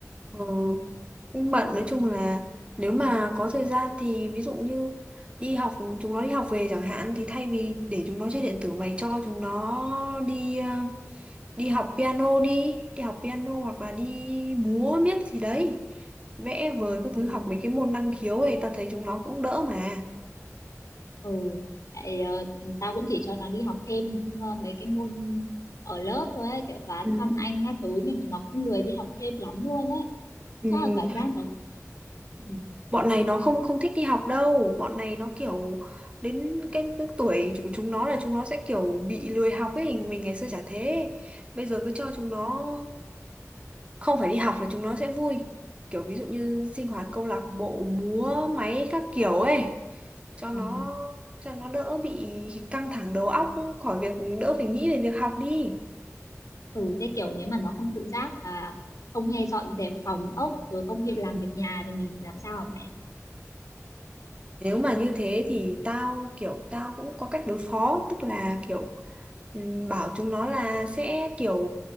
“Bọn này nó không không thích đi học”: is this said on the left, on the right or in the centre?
Right